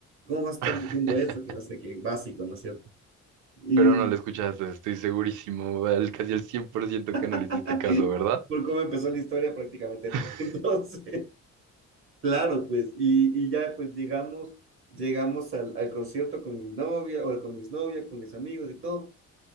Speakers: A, on the right; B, on the right.
A: ¿Cómo vas a estar
B: <laughs>
A: diciendo eso? Que no sé qué, básico, ¿no es cierto? Y
B: Pero no lo escuchaste, estoy segurísimo, al- casi el 100% que no
A: <laughs>
B: le hiciste caso, ¿verdad?
A: por cómo empezó la historia, prácticamente
B: <laughs>
A: no. <laughs> Entonces, claro, pues, y, y ya pues llegamos, llegamos al, al concierto con mi novia, o con mis novias, con mis amigos y todo.